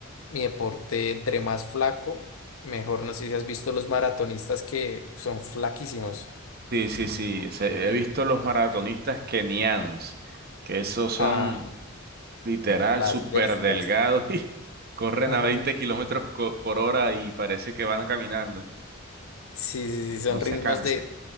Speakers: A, on the left; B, on the right.
A: mi deporte, entre más flaco, mejor. No sé si has visto los maratonistas que son flaquísimos.
B: Sí, sí, sí. se- He visto los maratonistas kenianos, que esos son...
A: Ah,
B: literal,
A: las
B: súper
A: bestias.
B: delgado <laughs> y corren
A: <laughs>
B: a 20 kilómetros co- por hora y parece que van caminando,
A: Sí, sí, sí, son
B: no se
A: ritmos
B: cansan.
A: de